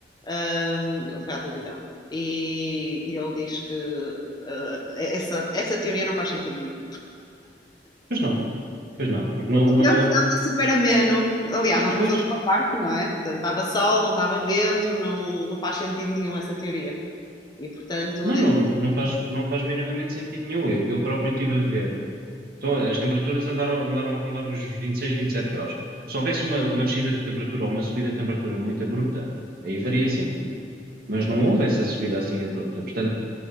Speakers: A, on the left; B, on the right.
A: hum, ele foi à televisão, e, e ele diz que eh, é, essa, essa teoria não faz sentido nenhum.
B: Pois não, pois não, porque não,
A: Porque o
B: não
A: tempo
B: houve.
A: estava super ameno. Aliás, nós fomos
B: Pois,
A: todos para o parque, não é? Portanto, estava sol, não estava vento, não, não faz sentido nenhum essa teoria. E, portanto,
B: não,
A: desse
B: não, não não faz, não faz minimamente sentido nenhum. Eu, eu próprio estive a ver. Então, as temperaturas andaram, andaram a rondar os 26, 27 graus. Se houvesse uma, uma descida de temperatura ou uma subida de temperatura muito abrupta, aí faria sentido. Mas não houve essa subida assim abrupta. Portanto,